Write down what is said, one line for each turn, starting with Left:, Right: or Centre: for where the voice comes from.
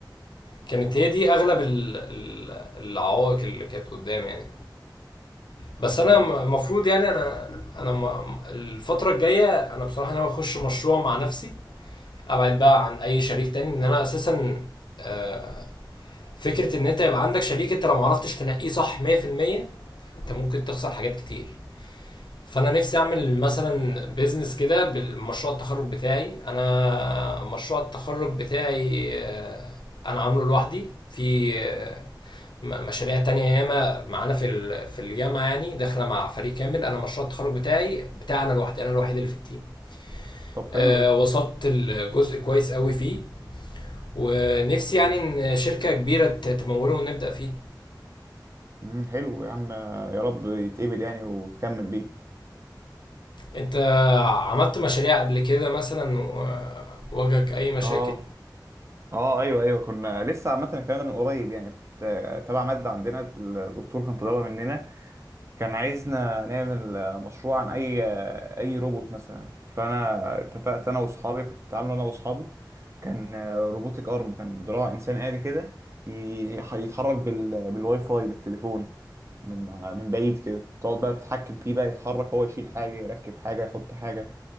Left: كانت هي دي اغلب ال- ال- العوائق اللي كانت قدامي يعني بس
Right: مم.
Left: انا م- المفروض يعني انا انا م- الفتره الجايه انا بصراحه ناوي اخش مشروع مع نفسي ابعد بقى عن اي شريك تاني ان انا اساسا آه، فكره ان انت يبقى عندك شريك انت لو معرفتش تنقيه صح 100% انت ممكن تخسر حاجات كتير فانا نفسي اعمل مثلا بيزنس كده بالمشروع التخرج بتاعي انا مشروع التخرج بتاعي آه، انا عامله لوحدي في آه، م- مشاريع تانية ياما معانا في ال- في الجامعة يعني داخلة مع فريق كامل أنا مشروع التخرج بتاعي بتاع أنا لوحدي أنا الوحيد اللي في التيم
Right: طب
Left: آه،
Right: حلو ده
Left: وصلت الجزء كويس قوي فيه ونفسي يعني إن شركة كبيرة ت- تموله ونبدأ فيه
Right: مم، حلو يا عم يا رب يتقبل يعني وتكمل بيه
Left: أنت عملت مشاريع قبل كده مثلا وواجهك أي مشاكل
Right: اه اه ايوه ايوه كنا لسه عامه الكلام ده من قريب يعني كنت آه، تبع ماده عندنا الدكتور كان طالبها مننا كان عايزنا نعمل آه، مشروع عن اي آه، اي روبوت مثلا فانا اتفقت انا واصحابي كنت عامله انا واصحابي كان آه، روبوتك ارم كان دراع انسان آلي كده ي- يتحرك بال... بالواي فاي بالتليفون من ع- من بعيد كده تقعد بقى تتحكم فيه بقى يتحرك هو يشيل حاجه يركب حاجه يحط حاجه